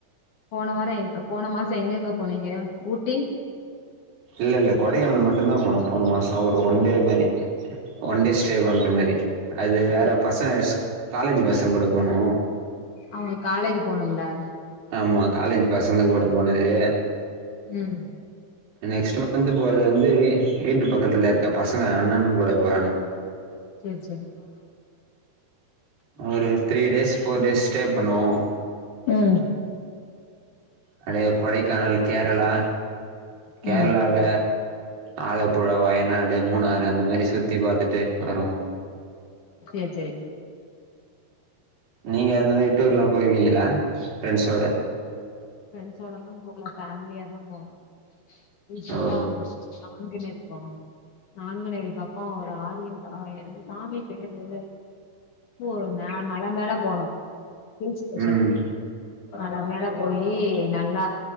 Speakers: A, on the left; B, on the right.
A: போன வாரோ எங் போன மாசோ எங்கெங்க போனீங்க ஊட்டி
B: இல்ல இல்ல கொடைக்கானல் மட்டுந்தா போனோ போன மாசோ ஒரு ஒன்டே மாரி ஒன்டே ஸ்டே பண்ற மாரி அது வேற
A: செரி
B: பசங்க காலேஜ் பசங் கூட போனோ
A: அவ்ங்க காலேஜு போனும்ள
B: ஆமா காலேஜ் பசங்க கூட போனது
A: ம்
B: நெக்ஸ்ட்டு மந்த்து போறது வந்து வீ வீட்டு பக்கத்துல இருக்க பசங்க அண்ணன்ங் கூட போறாங்க
A: சேர் செரி அ
B: ஒரு three days four days stay பண்ணுவோ
A: ம்
B: அப்டே கொடைக்கானல் கேரளா கேர்ளால
A: ம்
B: ஆலப்புழா வயநாடு மூணாறு அந்த மாரி சுத்தி பாத்துட்டு வருவோ
A: சேர் சேரி
B: நீங்க அந்த மாரி டூர்லா போயிருக்கீங்குளா ஃபிரெண்ஸோட
A: ஃபிரெண்ஸோடலா போல ஃபேமிலியாதா போனோ ரீசண்ட்டா
B: ஓ
A: வந்து நான்குனேரிக் போனோ நான்குனேரி பக்கோ ஒரு ஆரியன் ஆயன் சாமி பேரு போன அது மல மேல போனு ஹில்ஸ் ஸ்டேஷன்
B: ம்
A: மல மேல போயி நல்லா